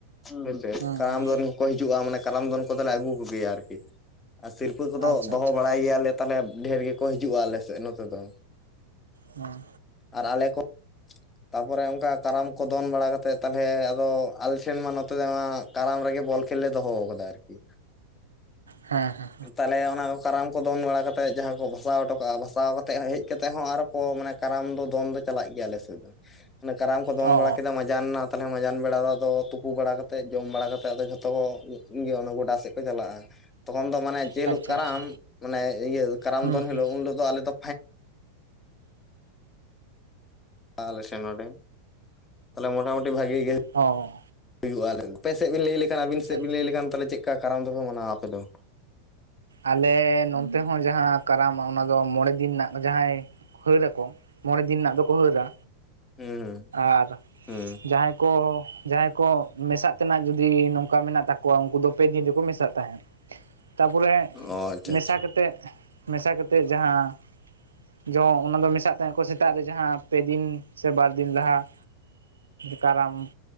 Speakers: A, on the left; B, on the right.
A: ᱦᱮᱸᱥᱮ
B: ᱦᱩᱸ
A: ᱠᱟᱨᱟᱢ
B: ᱦᱩᱸ
A: ᱫᱚᱱ ᱠᱚᱠᱚ ᱦᱤᱡᱩᱜᱼᱟ ᱢᱟᱱᱮ ᱠᱟᱨᱟᱢ ᱫᱚᱱ ᱠᱚᱫᱚᱞᱮ ᱟᱹᱜᱩ ᱠᱚᱜᱮᱭᱟ ᱟᱨᱠᱤ ᱟᱨ ᱥᱤᱨᱯ ᱯᱟ ᱠᱚᱫᱚ
B: ᱟᱪᱪᱷᱟ
A: ᱫᱚᱦᱚ
B: ᱟᱪᱪᱷᱟ
A: ᱵᱟᱲᱟᱭ ᱜᱮᱭᱟᱞᱮ ᱛᱟᱦᱚᱞᱮ ᱰᱷᱮᱨ ᱜᱮᱠᱚ ᱦᱤᱡᱩᱜᱼᱟ ᱟᱞᱮ ᱥᱮᱫ ᱱᱚᱛᱮ ᱫᱚ
B: ᱦᱩᱸ
A: ᱟᱨ ᱟᱞᱮ ᱠᱚ ᱛᱟᱯᱚᱨᱮ ᱚᱱᱠᱟ ᱠᱟᱨᱟᱢ ᱠᱚ ᱫᱚᱱ ᱵᱟᱲᱟ ᱠᱟᱛᱮᱫ ᱛᱟᱦᱚᱞᱮ ᱟᱫᱚ ᱟᱞᱮ ᱴᱷᱮᱱ ᱢᱟ ᱱᱚᱛᱮ ᱫᱚ ᱢᱟ ᱠᱟᱨᱟᱢ ᱨᱮᱜᱮ ᱵᱚᱞ ᱠᱷᱮᱞ ᱞᱮ ᱫᱚᱦᱚ ᱟᱠᱟᱫᱟ ᱟᱨᱠᱤ
B: ᱦᱮᱸ ᱦᱮᱸ
A: ᱛᱟᱦᱚᱞᱮ ᱚᱱᱟ ᱠᱟᱨᱟᱢ ᱠᱚ ᱫᱚᱱ ᱵᱟᱲᱟ ᱠᱟᱛᱮ ᱡᱟᱦᱟᱸ ᱠᱚ ᱵᱷᱟᱥᱟᱣ ᱦᱚᱴᱚ ᱠᱟᱜᱼᱟ ᱵᱷᱟᱥᱟᱣ ᱠᱟᱛᱮᱫ ᱦᱮᱡ ᱠᱟᱛᱮᱫ ᱦᱚᱸ ᱟᱨᱚ ᱠᱚ ᱢᱟᱱᱮ ᱠᱟᱨᱟᱢ ᱫᱚ ᱫᱚᱱ ᱫᱚ ᱪᱟᱞᱟᱜ ᱜᱮᱭᱟ ᱟᱞᱮ ᱥᱮᱫ ᱫᱚ ᱮ ᱠᱟᱨᱟᱢ ᱠᱚ ᱫᱚᱱ
B: ᱚ
A: ᱵᱟᱲᱟ ᱠᱮᱫᱟ ᱢᱟᱡᱟᱱ ᱛᱟᱦᱚᱞᱮ ᱢᱟᱸᱡᱟᱱ ᱵᱮᱲᱟ ᱫᱚ ᱟᱫᱚ ᱛᱩᱯᱩ ᱵᱟᱲᱟ ᱠᱟᱛᱮ ᱡᱚᱢ ᱵᱟᱲᱟ ᱠᱟᱛᱮ ᱡᱚᱛᱚ ᱤᱭᱟᱹ ᱚᱱᱟ ᱜᱚᱰᱟ ᱥᱮᱫ ᱠᱚ ᱪᱟᱞᱟᱜᱼᱟ ᱛᱚᱠᱷᱚᱱ ᱫᱚ ᱢᱟᱱᱮ ᱡᱮ
B: ᱟᱪᱪᱷᱟ
A: ᱦᱤᱞᱳᱜ ᱠᱟᱨᱟᱢ
B: ᱟᱪᱪᱷᱟ
A: ᱢᱟᱱᱮ ᱤᱭᱟᱹ ᱠᱟᱨᱟᱢ
B: ᱦᱩᱸ
A: ᱫᱚᱱ ᱦᱤᱞᱳᱜ
B: ᱦᱩᱸ
A: ᱩᱱ ᱦᱤᱞᱳ ᱫᱚ ᱟᱞᱮ ᱫᱚ ᱟᱞᱮ ᱴᱷᱮᱱ ᱱᱚᱰᱮ ᱛᱟᱦᱚᱞᱮ ᱢᱳᱚᱴᱟᱢᱩᱴᱤ ᱵᱷᱟᱜᱤ ᱜᱮ
B: ᱦᱚᱸ
A: ᱦᱩᱭᱩᱜᱼᱟ ᱟᱯᱮ ᱥᱮᱫ ᱵᱤᱱ ᱞᱟᱹᱭ ᱞᱮᱠᱷᱟᱱ ᱟᱹᱵᱤᱱ ᱥᱮᱫ ᱵᱤᱱ
B: ᱟᱪᱪᱷᱟ
A: ᱞᱟᱹᱭ ᱞᱮᱠᱷᱟᱱ ᱛᱟᱦᱚᱞᱮ ᱪᱮᱫ ᱞᱮᱠᱟ ᱠᱟᱨᱟᱢ ᱫᱚᱯᱮ ᱢᱟᱱᱟᱣᱟ ᱟᱯᱮ ᱫᱚ
B: ᱟᱞᱮ ᱱᱚᱱᱛᱮ ᱦᱚᱸ ᱡᱟᱦᱟᱸ ᱠᱟᱨᱟᱢᱟ ᱚᱱᱟ ᱫᱚ ᱢᱚᱬᱮ ᱫᱤᱱ ᱨᱮᱱᱟᱜ ᱡᱟᱦᱟᱸᱭ ᱦᱟᱹᱨ ᱟᱠᱚ ᱢᱚᱬᱮ ᱫᱤᱱ ᱨᱮᱱᱟᱜ ᱫᱚᱠᱚ ᱦᱟᱹᱨᱟ
A: ᱦᱮᱸ ᱦᱩᱸ
B: ᱟᱨ
A: ᱦᱩᱸ
B: ᱡᱟᱦᱟᱸᱭ ᱠᱚ ᱡᱟᱦᱟᱸᱭ ᱠᱚ ᱢᱮᱥᱟᱜ ᱛᱮᱱᱟᱜ ᱡᱩᱚᱫᱤ ᱱᱚᱝᱠᱟ ᱢᱮᱱᱟᱜ ᱛᱟᱠᱚᱣᱟ ᱩᱱᱠᱩ ᱫᱚ ᱯᱮ ᱫᱤᱱ ᱨᱮᱠᱚ ᱢᱮᱥᱟᱜ ᱛᱟᱦᱮᱸᱫ ᱛᱟᱨᱯᱚᱨᱮ
A: ᱚ ᱟᱪᱪᱷᱟ
B: ᱢᱮᱥᱟ
A: ᱟᱪᱪᱷᱟ
B: ᱠᱟᱛᱮᱫ ᱢᱮᱥᱟ ᱠᱟᱛᱮᱫ ᱡᱟᱦᱟᱸ ᱡᱮ ᱚᱱᱟ ᱫᱚ ᱢᱮᱥᱟᱜ ᱛᱟᱦᱮᱸ ᱠᱚ ᱥᱮᱛᱟᱜ ᱨᱮ ᱡᱟᱦᱟᱸ ᱯᱮ ᱫᱤᱱ ᱥᱮ ᱵᱟᱨ ᱫᱤᱱ ᱞᱟᱦᱟ ᱠᱟᱨᱟᱢ